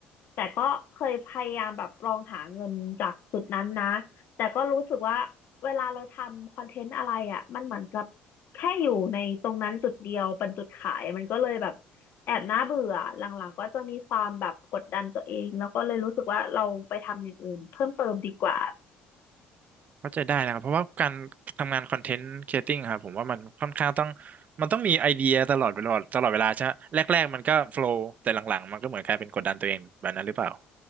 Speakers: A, on the left; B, on the right.
A: แต่ก็เคยพยายามแบบลองหาเงินจากจุดนั้นนะแต่ก็รู้สึกว่าเวลาเราทำคอนเทนต์อะไรอ่ะมันเหมือนกับแค่อยู่ในตรงนั้นจุดเดียวเป็นจุดขายมันก็เลยแบบแอบน่าเบื่อหลังๆก็จะมีความแบบกดดันตัวเองแล้วก็เลยรู้สึกว่าเราไปทำอย่างอื่นเพิ่มเติมดีกว่า
B: เข้าใจได้นะครับเพราะว่าการทำงานคอนเทนต์ครีเอติ้งครับผมว่ามันค่อนข้างต้องมันต้องมีไอเดียตลอดเวลาตลอดเวลาใช่ไหมแรกๆมันก็โฟล w แต่หลังๆมันก็เหมือนกลายเป็นกดดันตัวเองแบบนั้นหรือเปล่า